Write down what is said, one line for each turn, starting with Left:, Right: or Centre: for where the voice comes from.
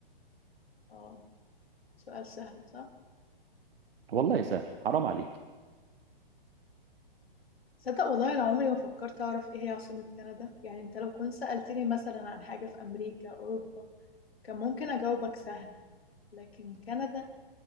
Left: اه سؤال سهل صح
Right: والله سهل حرام عليك
Left: صدق والله انا عمري ما فكرت اعرف ايه هي عاصمة كندا يعني انت لو كنت سألتني مثلا عن حاجة في امريكا اوروبا كان ممكن اجاوبك سهل لكن كندا